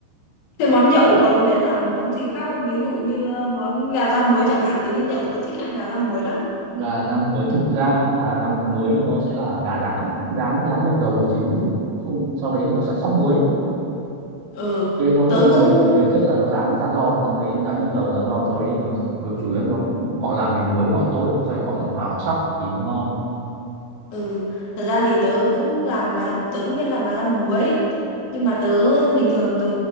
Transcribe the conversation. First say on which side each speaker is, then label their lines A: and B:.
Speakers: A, on the left; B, on the right.
A: thế món nhậu còn biết làm món gì khác không ví dụ như ờ, món gà rang muối chẳng hạn tớ đi nhậu tớ thích ăn gà rang muối lắm
B: gà rang muối thực ra gà rang muối nó sẽ là gà rán rán rán ngập dầu là chính chứ cũng không sau đấy thì nó sẽ sóc muối
A: ờ,
B: cái con
A: tớ
B: ngập muối
A: cũng
B: là về bản chất là nó rán rán giòn sau đấy rán ngập dầu rán giòn sau đấy thì nó cực chủ yếu nó họ làm cái muối họ tốt sau đấy họ và họ sóc thì nó ngon
A: Ừ, thật ra thì tớ cũng làm gà, tớ cũng biết làm gà rang muối nhưng mà tớ bình thường tớ